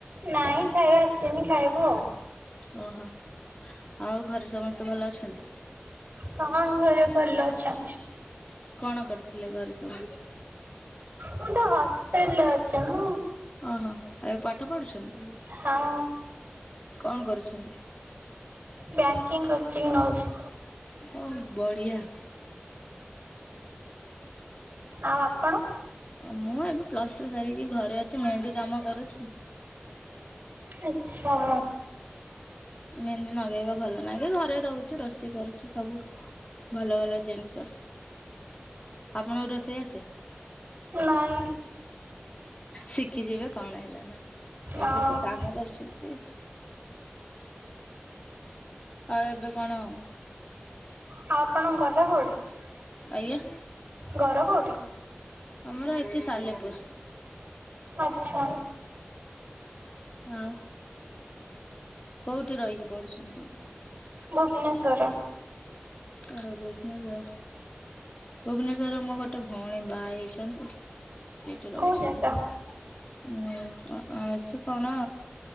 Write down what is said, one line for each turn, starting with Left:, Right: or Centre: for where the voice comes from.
Right: ନାଇଁ ଖାଇବା ଆସିନି ଖାଇବୁ ଆଉ।
Left: ଓହୋ ଆଉ ଘରେ ସମସ୍ତେ ଭଲ ଅଛନ୍ତି।
Right: ହଁ ଘରେ ଭଲ ଅଛନ୍ତି।
Left: କଣ କରିଥିଲେ ଘରେ ସବୁ?
Right: ମୁ ତ ହଷ୍ଟେଲରେ ଅଛି ନା।
Left: ଓହୋ ଏବେ ପାଠ ପଢୁଛନ୍ତି।
Right: ହଁ।
Left: କଣ କରୁଛନ୍ତି?
Right: ବ୍ୟାଙ୍କିଙ୍ଗ କୋଚିଂ ନଉଚି।
Left: ଓ ବଢିଆ।
Right: ଆଉ ଆପଣ।
Left: ମୁଁ ଏବେ ପ୍ଲସ ଟୁ ସାରିକି ଘରେ ଅଛି ମେହେନ୍ଦୀ କାମ କରୁଛି।
Right: ଆଚ୍ଛା।
Left: ମେହେନ୍ଦି ଲଗେଇବା ଭଲ ନାଗେ ଘରେ ରହୁଛି ରୋଷେଇ କରୁଛୁ ସବୁ। ଭଲ ଭଲ ଜିନିଷ ଆପଣଙ୍କୁ ରୋଷେଇ ଆସେ।
Right: ନାଇ।
Left: ଶିଖିଯିବେ କଣ ହେଲା ନା ଏବେ
Right: ଅ ଆଉ
Left: ତ କାମ କରୁଛନ୍ତି। ଆଉ ଏବେ କଣ
Right: ହଉ ଆପଣଙ୍କ ଘର କୋଉଠି?
Left: ଆଜ୍ଞା।
Right: ଘର କୋଉଠି?
Left: ଆମର ଏଠି ସାଲେପୁର।
Right: ଆଛା।
Left: ହଁ। କୋଉଠି ରହିକି ପଢୁଛନ୍ତି?
Right: ଭୁବନେଶ୍ଵର।
Left: ତାର ଭୁବନେଶ୍ଵର ଭୁବନେଶ୍ଵରରେ ମୋ ଗୋଟେ ଭଉଣୀ ବାହା ହେଇଛନ୍ତି। ସେଇଠି
Right: କୋଉ
Left: ରହୁଛନ୍ତି
Right: ଜାଗା?
Left: ଉ ଆ ସେ କଣ?